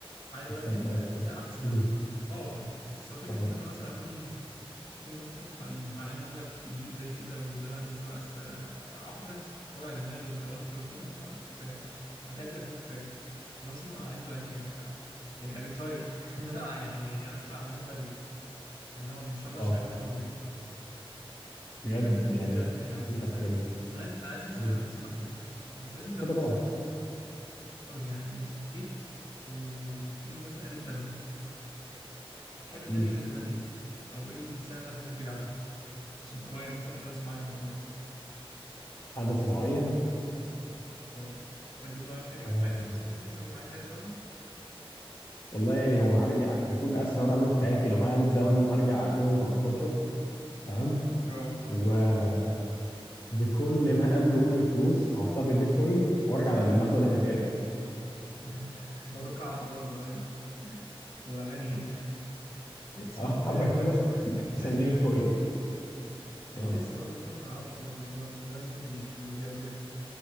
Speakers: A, on the left; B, on the left.
A: هيبقى
B: تسترخي
A: الدنيا
B: اكتر
A: كده احسن
B: مم،
A: اه اه بس هو فكره
B: فاهمك
A: ان انا مثلا اكون اكون مثلا خل- معايا مبلغ كبير زي كده وان انا لسه بقى است- احط نفسي في وجع دماغ وفي توتر وكده لا لا كفايه خلاص انا تعبت بقى فيه كفايه انا اصلا عايز يعني أ- يعني اريتاير <laughs> ان انا يعني اطلع المعاش بدري ان هو مش هفضل
B: اه
A: شغال بقيت عمري
B: بجد
A: طب انت بالنسبه
B: يعني
A: لك يا لو
B: ليك
A: مثلا
B: على الفكره دي
A: انا عايز انا عايزك سؤال
B: مم.
A: لو تسمح لي دلوقتي
B: اتفضل
A: لو مثلا
B: طبعا
A: أو يعني جيت وفي مثلا آلة زمن هتحب
B: مم.
A: ترجع لزمن ايه او ايه السنه اللي هتحب ترجع عشان تغير مثلا حدث معين من عمرك
B: حدث معين
A: اه تحب تغير حاجة
B: آه.
A: في حياتك أصلا يعني لو معاك آلة زمن
B: والله يعني هو هرجع هيكون اذكى مره اعمله في حياتي لو معايا آلة زمن هرجع 2013 تمام
A: اه
B: وبكل ما املك من فلوس هحطها في البيتكوين وارجع للحظه اللي احنا فيها دي
A: <laughs> توقعت برضو أيوه هتبقى غني جدا
B: <laughs>
A: صح
B: اه
A: أيوة،
B: هو يعني
A: أنت
B: بس
A: بيتكوين ساعتها
B: 9 جنيه بيتكوين
A: كان
B: اه
A: لسه برضه بيتكوين ما تعرفش برضه إن هو كان زمان دلوقتي ملي- ملياردير